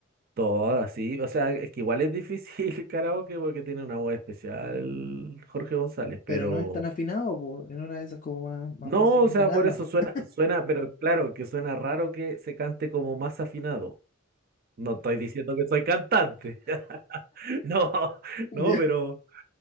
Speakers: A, on the right; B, on the left.
A: Todas, sí. O sea, es que igual es difícil <laughs> el karaoke porque tiene una voz especial Jorge González, pero...
B: pero no es tan afinado, pues. En una de esas como más, más
A: No,
B: fácil
A: o
B: invitarlo.
A: sea, por eso suena,
B: <laughs>
A: suena, pero claro, que suena raro que se cante como más afinado. No estoy diciendo que soy cantante. <laughs> No, no,
B: Ya.
A: pero,